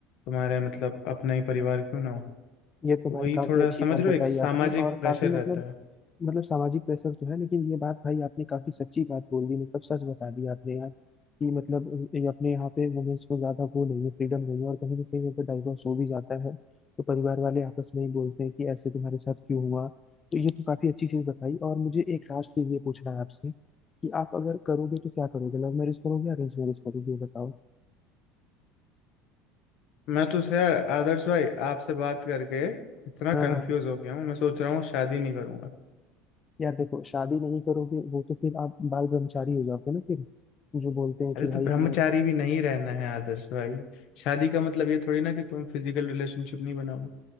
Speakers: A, on the left; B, on the left.
A: तुम्हारे मतलब अपना ही परिवार क्यों ना हो
B: ये तो भाई
A: वही
B: काफी
A: थोड़ा
B: अच्छी
A: समझ
B: बात
A: रहे
B: बताई
A: हो एक सामाजिक
B: आपने और
A: प्रेशर
B: काफी मतलब
A: रहता है
B: मतलब सामाजिक प्रेशर तो है लेकिन ये बात भाई आपने काफी सच्ची बात बोल दी मतलब सच बता दी आपने यार कि मतलब ये अपने यहाँ पे वुमेन्स को ज्यादा वो नहीं है फ्रीडम नहीं है और कहीं ना कहीं अगर डाइवोर्स हो भी जाता है तो परिवार वाले आपस में ही बोलते हैं कि ऐसे तुम्हारे साथ क्यों हुआ तो ये तो काफी अच्छी चीज बताई और मुझे एक लास्ट चीज ये पूछना है आपसे कि आप अगर करोगे तो क्या करोगे लव मैरिज करोगे या अरेंज मैरिज करोगे ये बताओ
A: मैं तो से यार आदर्श भाई आपसे बात करके इतना
B: हाँ
A: कंफ्यूज
B: हाँ
A: हो गया हूँ मैं सोच रहा हूँ शादी नहीं करूंगा
B: यार देखो शादी नहीं करोगे वो तो फिर आप बाल ब्रह्मचारी हो जाओगे ना फिर जो बोलते हैं
A: अरे
B: कि
A: तो
B: भाई
A: ब्रह्मचारी
B: हमें
A: भी नहीं रहना है आदर्श भाई शादी का मतलब ये थोड़ी ना कि तुम फिजिकल रिलेशनशिप नहीं बनाओ